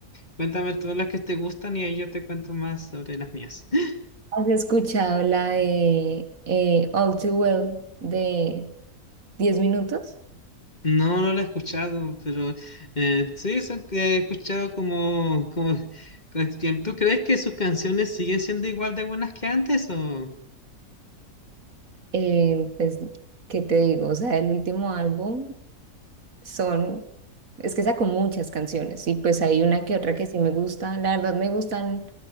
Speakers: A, on the left; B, on the right.
A: Cuéntame todas las que te gustan y ahí yo te cuento más sobre las mías. <laughs>
B: ¿has escuchado la de eh, All Too Well de 10 minutos?
A: No, no la he escuchado, pero eh, sí, eso que he escuchado como, como, como- ¿tú crees que sus canciones siguen siendo igual de buenas que antes o...?
B: Eh, pues, ¿qué te digo? O sea, el último álbum son, es que sacó muchas canciones y pues hay una que otra que sí me gusta. La verdad me gustan